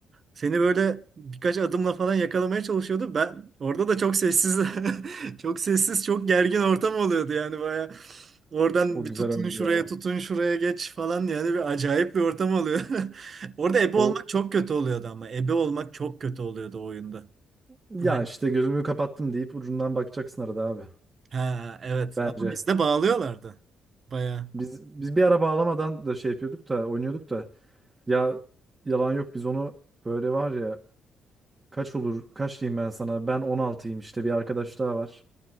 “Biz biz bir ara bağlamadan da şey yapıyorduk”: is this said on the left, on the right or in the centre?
Right